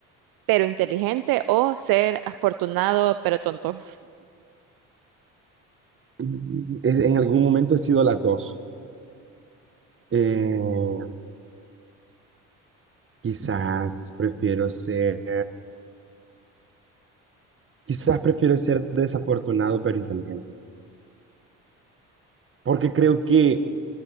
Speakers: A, on the right; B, on the right.
A: pero inteligente o ser afortunado pero tonto?
B: Mm, es- En algún momento he sido las dos. Eh, quizás prefiero ser, quizás prefiero ser desafortunado pero inteligente, porque creo que,